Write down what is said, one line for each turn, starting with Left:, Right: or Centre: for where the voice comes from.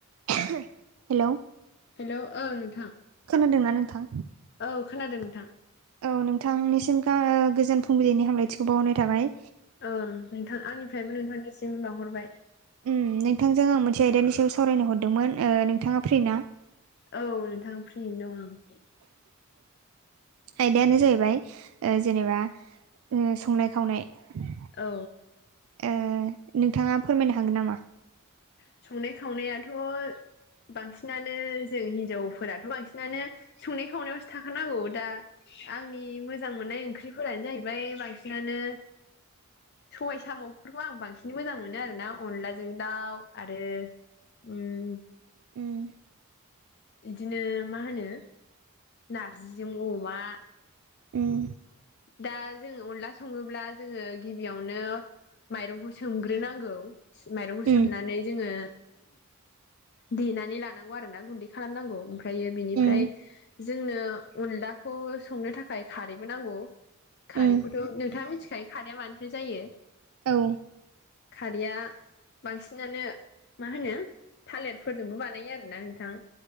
Right: <unintelligible> Hello
Left: hello ओं नोंथां।
Right: खोनादोंना नोंथां?
Left: औ खोनादों नोंथां
Right: औ नोंथांनिसिम गा ओ गोजोन फुंबिलिनि हामलायथिखौ बावहरनाय थाबाय।
Left: ओं नोंथां आंनिफ्रायबो नोंथांनिसिम बावहरबाय।
Right: ओम नोंथांजों आं मोनसे आयदानि सायाव सावरायनो हरदोंमोन। ओ नोंथाङा फ्रि ना?
Left: औ नोंथां फ्रियैनो दं आं।
Right: आयदायानो जाहैबाय ओ जेनेबा ओ संनाय-खावनाय।
Left: औ।
Right: ओ नोंथाङा फोरमायनो हागोन नामा?
Left: संनाय-खावनायाथ' बांसिनानो जों हिनजावफोराथ' बांसिनानो संनाय-खावनायावसो थाखानांगौ। दा आंनि मोजां मोननाय ओंख्रिफोरानो जाहैबाय बांसिनानो सबाय सामुफोरखौ आं बांसिन मोजां मोनो आरोना अनलाजों दाउ आरो ओम
Right: ओम
Left: इदिनो मा होनो नारजिजों अमा
Right: उम
Left: दा जोङो अनला सङोब्ला जोङो गिबियावनो माइरंखौ सोमग्रोनांगौ माइरंखौ
Right: उम
Left: सोमनानै जोङो देनानै लानांगौ आरोना गुन्दै खालामनांगौ आमफ्रायो बिनिफ्राय
Right: उम
Left: जोंनो अनलाखौ संनो थाखाय खारैबो नांगौ खारैखौथ'
Right: उम
Left: नोंथाङा मिथिखायो खारैया मानिफ्राय जायो
Right: औ
Left: खारिया बांसिनानो मा होनो थालेरफोरजोंबो बानायो आरोना नोंथां